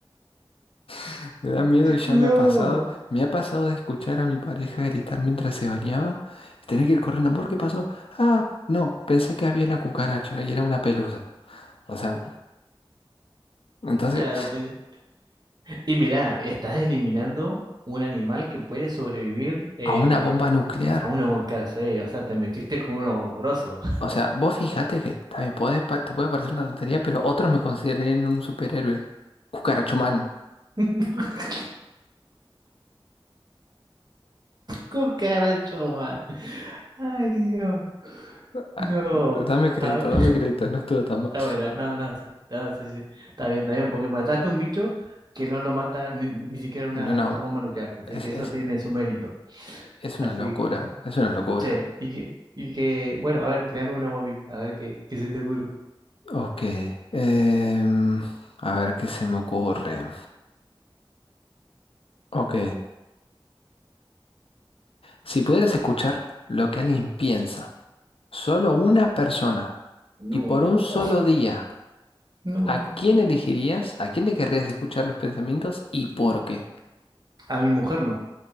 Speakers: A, on the left; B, on the right.
A: <laughs> me da miedo y ya
B: No.
A: me ha pasado. Me ha pasado de escuchar a mi pareja gritar mientras se bañaba. Tener que ir corriendo, amor, ¿qué pasó? Ah, no, pensé que había una cucaracha y era una pelusa. O sea, entonces,
B: Claro, te- y mira, estás eliminando un animal que puede sobrevivir eh,
A: a una bomba nuclear.
B: a una volcánsele, o sea, te metiste con un ogroso.
A: O sea, vos fijate que también podés, pa- te puede parecer una tontería, pero otros me considerarían un superhéroe. Cucarachumán.
B: <laughs> Cucaracho, man. Ay, Dios.
A: Ah,
B: No.
A: Dame crédito,
B: A ver,
A: dame crédito, no estuvo tan mal.
B: Está bueno, no, no, sí. No, sí, sí. Está bien, está bien, porque mataste un bicho que no lo mata ni, ni siquiera una
A: No, no,
B: bomba nuclear. Así
A: es,
B: que
A: es-
B: eso tiene su mérito.
A: Es
B: Así
A: una locura,
B: que,
A: es una locura.
B: che, y que, y que, bueno, a ver, tirame una bomba, a mí, a ver qué, qué se te ocurre.
A: Ok, em, a ver qué se me ocurre. Ok, si pudieras escuchar lo que alguien piensa, solo una persona,
B: No,
A: y por un solo día,
B: No,
A: ¿a quién elegirías? ¿A quién le querrías escuchar los pensamientos y por qué?
B: a mi mujer no.